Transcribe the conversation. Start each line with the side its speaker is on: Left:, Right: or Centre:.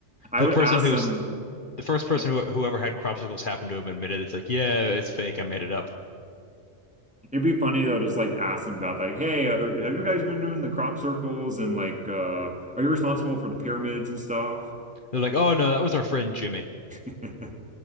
Centre: I
Left: but
Centre: would
Left: the
Centre: ask
Left: person who's
Centre: them.
Left: the first person
Centre: Yeah.
Left: who whoever had crop circles happened to have admitted it's like yeah it's fake I made it up.
Centre: It'd be funny though, just like ask them about like, hey, uh, have you guys been doing the crop circles and like, uh, are you responsible for the pyramids and stuff?
Left: They're like oh no that was our friend Jimmy.
Centre: <laughs>